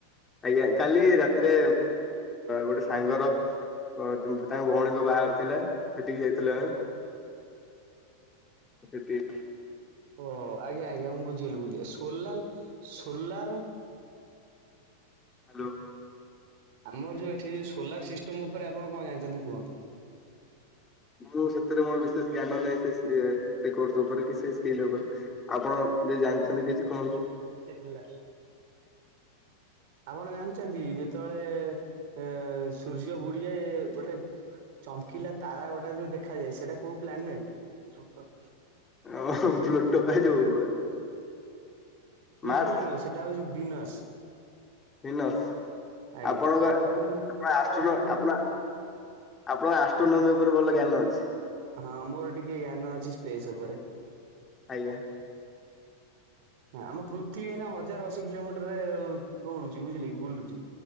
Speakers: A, on the left (about 20°); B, on the right (about 50°).
A: ଆଜ୍ଞା କାଲି ରାତିରେ ଗୋଟେ ସାଙ୍ଗର ତାଙ୍କ ଭଉଣୀଙ୍କ ବାହାରେ ଥିଲା ସେଠିକି ଯାଇଥିଲୁ ଆମେ ସେଠି
B: ଓହୋ ଆଜ୍ଞା ଆଜ୍ଞା ମୁଁ ବୁଝିଗଲି ବୁଝିଲି ସୋଲାଲ ସୋଲାର
A: ହ୍ୟାଲୋ
B: ଆମର ଯୋଉ ଏଠି ଯୋଉ ସୋଲାର ସିସ୍ <inaudible> ଉପରେ ଆପଣ କଣ ଜାଣିଛନ୍ତି କୁହନ୍ତୁ।
A: ମୁଁ ସେଥିରେ ମୋର ବିଶେଷ ଜ୍ଞାନ ନାହିଁ ସେ ସି କୋର୍ସ ଉପରେ କି ସେ ସ୍କିଲ ଉପରେ ଆପଣ ଯଦି ଜାଣିଛନ୍ତି କିଛି କୁହନ୍ତୁ।
B: ହେଲା ଆପଣ ଜାଣିଛନ୍ତି ଯେତେବେଳେ ସୂର୍ଯ୍ୟ ବୁଡିଯାଏ ଗୋଟେ ଚମକିଲା ତାରା ଗୋଟେ ଯୋଉ ଦେଖାଯାଏ ସେଟା କୋଉ ପ୍ଲାନେଟ? ଦୃବତାରା।
A: <unintelligible>
B: ପ୍ଲୁଟୋ
A: ମାର୍ସ
B: ନୁହେ ସେଟା ହଉଛି ବିନସ୍।
A: ଭିନସ୍
B: ଆଜ୍ଞା
A: ଆପଣଙ୍କ
B: ତା ଉପରକୁ
A: ଆପଣ ଆଷ୍ଟ୍ରୋନ
B: ତା ଉପରକୁ
A: ଆପଣ ଆପଣଙ୍କ ଆଷ୍ଟ୍ରୋନୋମି ଉପରେ ଭଲ ଜ୍ଞାନ ଅଛି।
B: ହଁ ମୋର ଟିକେ ଜ୍ଞାନ ଅଛି ସ୍ପେସ୍ ଉପରେ।
A: ଆଜ୍ଞା
B: ହଁ ଆମ ପୃଥିବୀ ଏନା ହଜାର ଅଶୀ କିଲୋମିଟର ରେ ଦୌଡୁଛି ବୁଝିଲେ କି ବୁଲୁଚି।